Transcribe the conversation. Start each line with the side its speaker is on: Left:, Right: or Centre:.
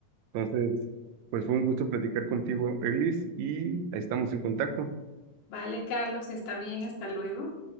Right: Entonces, pues fue un gusto platicar contigo, Eglis, y ahí estamos en contacto.
Left: Vale, Carlos, está bien, hasta luego.